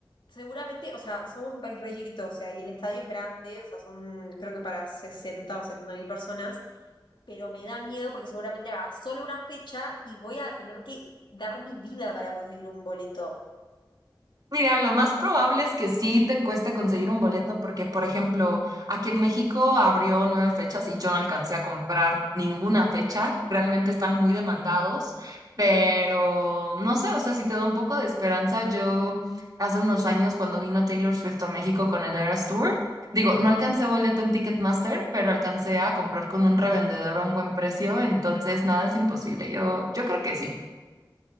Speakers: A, on the left; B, on the right.
A: seguramente, o sea, somos un país re chiquito, o sea, y el estadio es grande, o sea, son creo que para 60 o 70 mil personas, pero me da miedo porque seguramente haga solo una fecha y voy a tener que dar mi vida para conseguir un boleto.
B: Mira, lo más probable es que sí te cueste conseguir un boleto porque, por ejemplo, aquí en México abrió nueve fechas y yo no alcancé a comprar ninguna fecha. Realmente están muy demandados, pero no sé, o sea, si te da un poco de esperanza, yo hace unos años cuando vino Taylor Swift a México con el Eras Tour, digo, no alcancé boleto en Ticketmaster, pero alcancé a comprar con un revendedor a un buen precio, entonces nada es imposible. Yo, yo creo que sí.